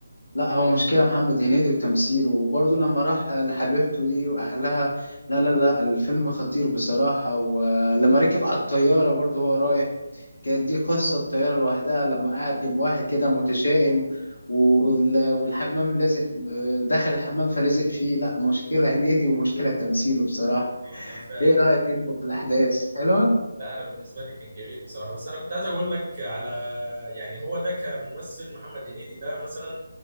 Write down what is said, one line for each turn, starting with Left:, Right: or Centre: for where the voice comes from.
Left: لا هو مشكلة محمد هنيدي وتمثيله وبرضه لما راح لحبيبته دي وأهلها لا لا لا الفيلم خطير بصراحة ولما ركب على الطيارة برضه هو رايح كانت دي قصة الطيارة لوحدها لما قعد جنب واحد كده متشائم وال- والحمام لازق دخل الحمام فلزق فيه لا مشكلة هنيدي ومشكلة تمثيله بصراحة
Right: اه لا فعلا
Left: ايه رأيك انت في الاحداث حلوة
Right: لا انا بالنسبة لي كان جميل بصراحة بس انا كنت عايز اقول لك على يعني هو ده كممثل محمد هنيدي ده مثلا